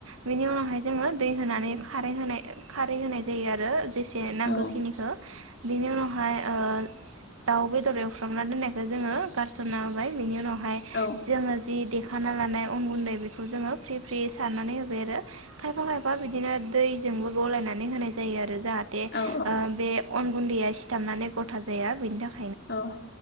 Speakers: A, on the right (about 75°); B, on the left (about 55°).
A: बेनि उनावहाय जोङो दै होनानै खारै होनाय खारै होनाय जायो आरो जेसे जे नांगौखिनिखौ
B: औ
A: बेनि उनावहाय ओ दाउ बेदर एवफ्रामना दोननायखौ जोङो गारसनना होबाय बेनि उनावहाय
B: औ
A: जोङो जि खखाना लानाय अन गुन्दै बेखौ जोङो फ्रि फ्रि सारनानै होबाय आरो खायफा खायफा बिदिनो दैजोंबो गलायनानै होनाय जायो आरो ओ जाहाथे
B: औ
A: बे अन गुन्दैया सिथाबनानै गथा जाया बेनि थाखाय
B: औ।